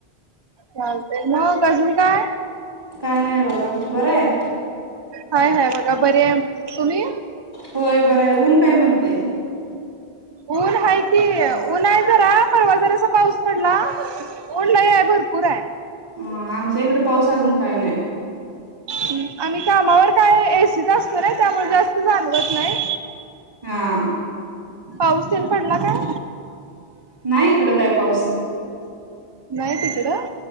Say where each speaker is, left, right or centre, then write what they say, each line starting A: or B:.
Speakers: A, on the right (about 40°); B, on the right (about 25°).
A: चालतंय मग अजून काय?
B: काय नाय बघा, बराय?
A: हाय हाय बघा बरी आ तुम्ही?
B: होय बरं आहे ऊन काय म्हणते
A: ऊन हाय की ऊन हाय जरा. परवा जरासा पाऊस पडला ऊन लई ये भरपूर हाय.
B: अ आमच्या इकडं पाऊस अजून काय नाय.
A: हम्म आम्ही कामावर काय एसीत असतो नाय..... त्यामुळं जास्त जाणवत नाही...
B: हम्म
A: पाऊस तेन पडला काय?
B: नाही इकड काय पाऊस..
A: नाही तिकडं.